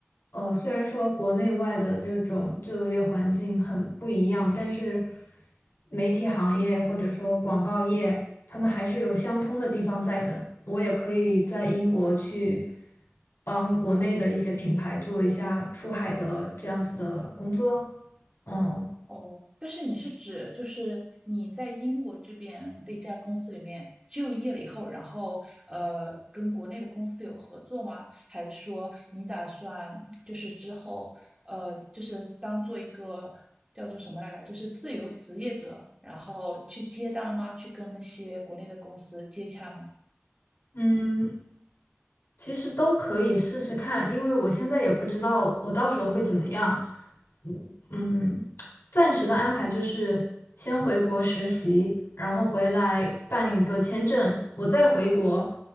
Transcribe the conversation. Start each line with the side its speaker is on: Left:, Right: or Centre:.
Left: 呃，虽然说国内外的这种就业环境很不一样，但是媒体行业或者说广告业。他们还是有相通的地方在的。我也可以在英国去帮国内的一些品牌做一下出海的这样子的工作。嗯，
Right: 哦，但是你是指就是你在英国这边的一家公司里面就业了以后，然后呃跟国内的公司有合作吗？还是说你打算就是之后呃就是当做一个叫做什么来着，就是自由职业者，然后去接单吗？去跟那些国内的公司接洽吗？
Left: 嗯，其实都可以试试看，因为我现在也不知道我到时候会怎么样。嗯，嗯暂时的安排就是先回国实习，然后回来办一个签证，我再回国，